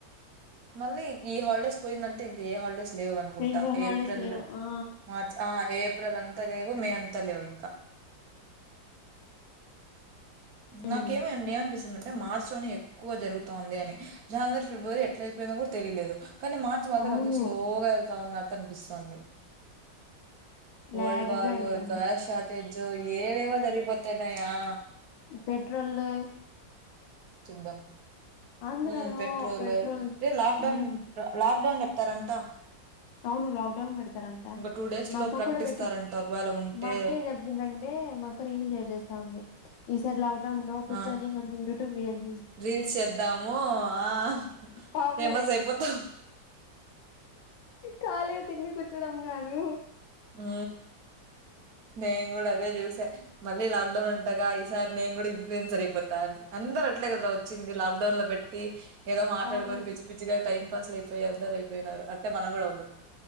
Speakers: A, on the right; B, on the left.
A: మళ్ళీ ఈ హాల్డేస్ పోయిందంటే ఇంక ఏ హాలిడేస్ లేవు అనుకుంటా
B: ఇంకో హాలిడేస్
A: ఏప్రిల్
B: లేవు ఆ
A: మార్చ్ ఆ ఏప్ ఏప్రిల్ అంత లేవు మే అంత లేవు ఇంక
B: హ్మ్
A: నాకేమో ఏమనిపిస్తుంది అంటే మార్చ్ లోనే ఎక్ ఎక్కువ జరుగుతోంది అని జాన్వరి ఫిబ్రవరి ఎట్ల అయిపోయిందో కూడ తెలియదు కానీ మార్చ్ మాత్రం
B: అవును
A: ఎంత స్లోగా వెళ్తామ అన్నట్టు కన్పిస్తోంది
B: లాగ్గా
A: వల్డ్ వారు
B: వెళ్తుంది
A: ఇక స్టార్ట్ అయిం అ ఏవేవో జరిగిపోతున్నయి ఆ
B: పెట్రోల్లు
A: చింద
B: ఆంధ్రాలో
A: ఉమ్ పెట్రోలు
B: పెట్రోల్
A: ఏ లాక్డౌన్
B: హ్మ్
A: లాక్డౌన్ పెట్టరంట
B: అవును లాక్డౌన్ పెడతారంట
A: టూ డేస్
B: మా
A: లో
B: అక్క
A: ప్రకటిస్తారంట
B: కూడ పెట్టి
A: ఒకవేళ ఉంటే
B: మా అక్కే చెప్పిందంటే మా అక్క రీల్ షేర్ చేేస్తా ఉంది సర్ లాక్ డౌన్ లో <unintelligible>
A: ఆ
B: టుంది
A: రీల్స్ చేద్దాము ఆ
B: పాపులర్
A: ఫేమస్ అయిపోతం
B: కాలి తిన్ని కూచ్చుడం గాదు
A: ఆ మే కూడా అదే చూసే మళ్ళీ లాక్ డౌన్ అంటగా ఈ సారి నేను కూడా ఇన్ఫ్ూయన్సర్ అయిపోతా అని అందరు అట్లే కద వచ్చింది లాక్డౌన్ లో పెట్టి ఏదో మాట్లాడుకొని
B: అవును
A: పిచ్చి పిచ్చిగా టైం పాస్లు అయిపోయి అందరు అయిపోయినారు అట్టే మనం కూడా అవుదాం